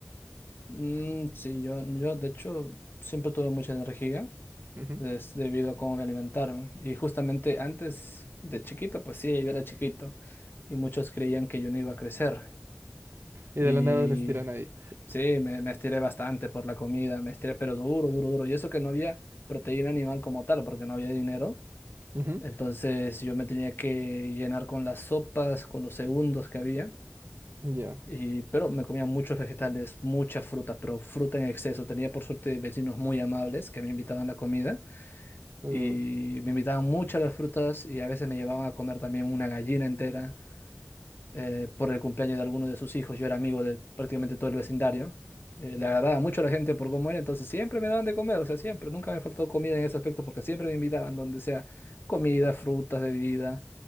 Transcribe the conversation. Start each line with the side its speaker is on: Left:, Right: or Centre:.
Left: Mm, sí, yo, yo de hecho siempre tuve mucha energía
Right: Ujú.
Left: es debido a cómo me alimentaron. Y justamente antes de chiquito, pues sí, yo era chiquito y muchos creían que yo no iba a crecer.
Right: Y
Left: Y
Right: de la nada les tiran ahí.
Left: sí, me, me estiré bastante por la comida, me estiré, pero duro, duro, duro. Y eso que no había proteína animal como tal, porque no había dinero.
Right: <laughs> Ujú,
Left: Entonces yo me tenía que llenar con las sopas, con los segundos que había.
Right: Ya.
Left: Y, pero me comía muchos vegetales, mucha fruta, pero fruta en exceso. Tenía por suerte vecinos muy amables que me invitaban a la comida
Right: Uh,
Left: y me invitaban muchas las frutas y a veces me llevaban a comer también una gallina entera eh, por el cumpleaños de alguno de sus hijos. Yo era amigo de prácticamente todo el vecindario. Eh, le agradaba mucho a la gente por cómo era, entonces siempre me daban de comer, o sea, siempre, nunca me faltó comida en ese aspecto porque siempre me invitaban, donde sea comida, frutas, bebida,